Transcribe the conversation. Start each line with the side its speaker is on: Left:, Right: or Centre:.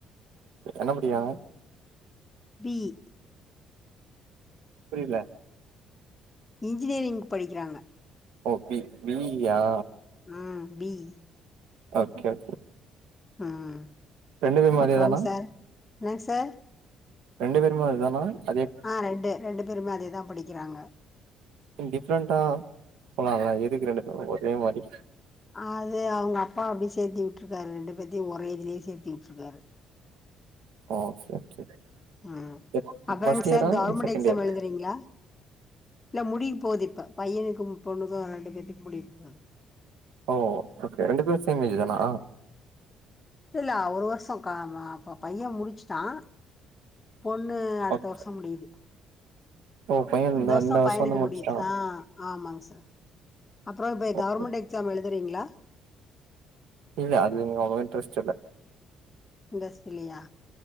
Right: என்ன படிக்கிறாங்க
Left: பி இ
Right: புரியல
Left: இன்ஜினியரிங் படிக்கிறாங்க
Right: ஓகே பி இ யா
Left: ம் பி யி
Right: ஓகே ஓகே
Left: ம்
Right: ரெண்டு பேருமே
Left: அப்பறங்க
Right: அதே தானா
Left: சார் என்னங்க சார்
Right: ரெண்டு பேருமே அது தான அதே
Left: ஆ ரெண்டு ரெண்டு பேருமே அதே தா படிக்கிறாங்க
Right: டிஃப்ரெண்டா போல்லாம்ல எதுக்கு ரெண்டு பேரு ஒரே மாரி
Left: அது அவங்க அப்பா அப்டி சேர்த்தி விட்டுருக்காரு ரெண்டு பேத்தையும் ஒரே இதுலேயே சேர்த்து விட்டுருக்காரு
Right: ஆ சேர் சேரி
Left: ம்
Right: சேரி
Left: அப்பறம்
Right: ஃபர்ஸ்ட்
Left: சார்
Right: இயரா
Left: கவர்மெண்ட்
Right: இல்ல செகண்ட்
Left: எக்ஸாம்
Right: இயரா
Left: எழுதுறீங்களா இல்ல முடிய போகுது இப்ப பையனுக்கும் பொண்ணுக்கும் ரெண்டு பேத்துக்கு முடிய போது
Right: ஓ ஓகே ரெண்டு பேரும் சேம் ஏஜ் தானா
Left: இல்ல அ ஒரு வருஷம் க ம பையன் முடிச்சுட்டான் பொண்ணு அடுத்த
Right: ஓகே
Left: வருஷம் முடிது
Right: ஓ பைய
Left: இந்த வருஷம்
Right: வருஷ
Left: பையனுக்கு
Right: வந்து முடிச்சுட்டா
Left: முடிது ஆ ஆ ஆமாங்க சார் அப்றம் இப்ப
Right: ஓகே
Left: கவர்மெண்ட் எக்ஸாம் எழுதுறீங்ளா
Right: இல்ல அது நீங்க அவ்ளோவா இன்ட்ரெஸ்ட் இல்ல
Left: இன்ட்ரஸ்ட் இல்லியா